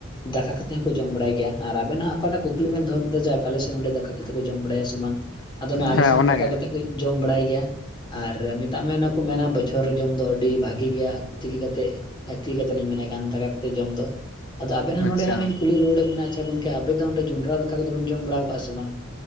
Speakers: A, on the left; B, on the left.
A: ᱫᱟᱠᱟ ᱠᱟᱛᱮᱼᱼ ᱛᱮᱦᱚᱸᱠᱚ ᱡᱚᱢ ᱵᱟᱲᱟᱭ ᱜᱮᱭᱟ ᱟᱨ ᱟᱵᱮᱱ ᱦᱟᱜ ᱚᱠᱟᱴᱟᱜ ᱠᱩᱠᱞᱤ ᱵᱮᱱ ᱫᱚᱦᱚ ᱠᱮᱫᱟ ᱡᱮ ᱟᱞᱮᱥᱮᱫ ᱱᱚᱸᱰᱮ ᱫᱟᱠᱟ ᱠᱟ ᱠᱟᱛᱮᱫ ᱠᱚ ᱡᱚᱢ ᱵᱟᱲᱟᱭᱟ ᱥᱮ ᱵᱟᱝ? ᱟᱫᱚ ᱱᱟᱜ ᱟᱞᱮᱥᱮᱼᱼ
B: ᱦᱮᱸ ᱚᱱᱟᱜᱮ
A: ᱠᱟᱛᱮᱫ ᱠᱚ ᱡᱚᱢ ᱵᱟᱲᱟᱭ ᱜᱮᱭᱟ ᱟᱨ ᱢᱮᱛᱟᱜ ᱢᱮ ᱚᱱᱟ ᱠᱚ ᱢᱮᱱᱟ ᱵᱚᱪᱷᱚᱨ ᱨᱮ ᱡᱚᱢ ᱫᱚ ᱟᱹᱰᱤ ᱵᱷᱟᱜᱮ ᱜᱮᱭᱟ, ᱛᱤᱠᱤ ᱠᱟᱛᱮᱫ ᱛᱤ ᱠᱟᱛᱮᱫ ᱞᱤᱧ ᱢᱮᱱᱮᱫ ᱠᱟᱱᱟ ᱫᱟᱠᱟ ᱠᱟᱛᱮᱫ ᱡᱚᱢ ᱫᱚ᱾ ᱟᱫᱚ ᱟᱵᱮᱱ ᱦᱚᱸ ᱱᱚᱰᱮ
B: ᱟᱪᱪᱷᱟ
A: ᱦᱟᱜ ᱞᱤᱧ ᱠᱩᱞᱤ ᱨᱩᱣᱟᱹᱲᱮᱫ ᱵᱮᱱᱟ ᱟᱪᱷᱟ ᱜᱚᱝᱠᱮ ᱟᱵᱮᱫᱚ ᱱᱚᱰᱮ ᱡᱚᱱᱰᱨᱟ ᱫᱟᱠᱟ ᱫᱚ ᱵᱮᱱ ᱡᱚᱢ ᱵᱟᱲᱟ ᱠᱟᱜᱼᱟ ᱥᱮ ᱵᱟᱝ?